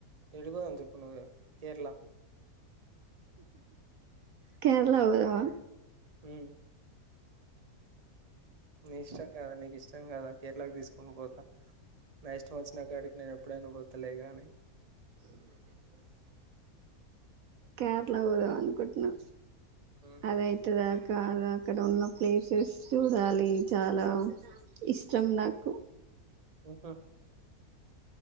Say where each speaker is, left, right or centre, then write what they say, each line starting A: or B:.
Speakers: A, on the right; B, on the right.
A: ఏడికి పోదాం చెప్పు నువ్వే కేరళ
B: కేరళ పోదామా
A: ఉ నీ ఇష్టం కదా నీకు ఇష్టం కదా కేరళకి తీసుకుని పోతా నా ఇష్టం వచ్చినా కాడికి నేను ఎప్పుడైనా పోతాలేగాని
B: <unintelligible> కేరళ పోదామని అనుకుంటున్నా
A: ఉమ్,
B: అది అయితదా కాద అక్కడ ఉన్న ప్లేసెస్ చూడాలి చాలా ఇష్టం నాకు
A: <unintelligible>